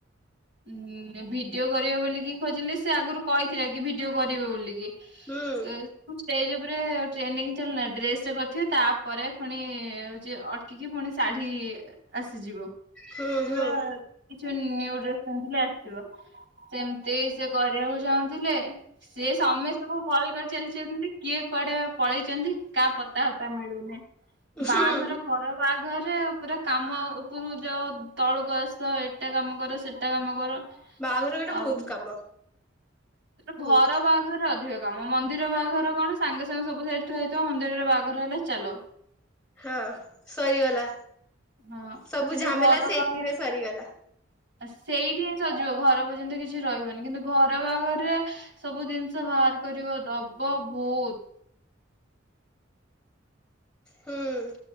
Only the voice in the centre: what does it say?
ହୁଁ
ହୁଁ
ହୁଁ।
ହୁଁ
ବାହାଘର ଗୋଟେ
ବହୁତ କାମ
ବହୁତ
ହଁ ସରିଗଲା
ସବୁ
ଝାମେଲା
ସେଇଥିରେ
ସରିଗଲା।
ହୁଁ।